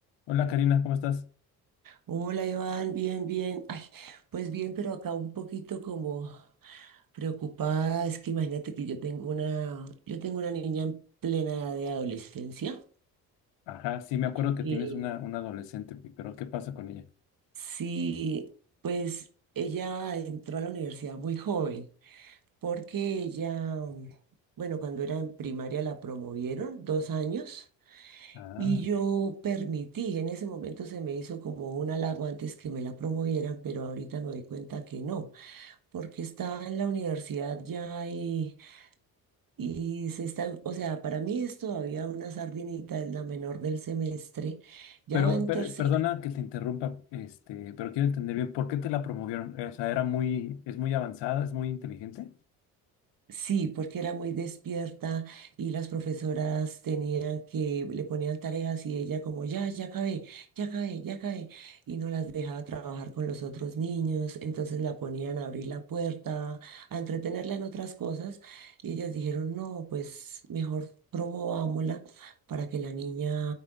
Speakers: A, on the left (about 65°); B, on the right (about 45°).
A: Hola Karina, ¿cómo estás?
B: Hola Iván, bien, bien. Ay, pues bien, pero acá un poquito como preocupada. Es que imagínate que yo tengo una, yo tengo una niña en plena edad de adolescencia.
A: Ajá, sí, me acuerdo que
B: Y
A: tienes una, una adolescente, pe- pero ¿qué pasa con ella?
B: sí, pues ella entró a la universidad muy joven, porque ella, bueno, cuando era en primaria la promovieron dos años
A: Ah,
B: y yo permití, en ese momento se me hizo como un halago antes que me la promovieran, pero ahorita me doy cuenta que no. porque está en la universidad ya y, y se está, o sea, para mí es todavía una sardinita, es la menor del semestre, ya
A: pero
B: va en
A: per-
B: tercero
A: perdona que te interrumpa, este, pero quiero entender bien, ¿por qué te la promovieron? Eh, O sea, era muy, es muy avanzada, es muy inteligente.
B: Sí, porque era muy despierta y las profesoras tenían que, le ponían tareas y ella como, ya, ya acabé, ya acabé, ya acabé, y no las dejaba trabajar con los otros niños, entonces la ponían a abrir la puerta, a entretenerla en otras cosas, y ellas dijeron, no, pues mejor promovámosla para que la niña,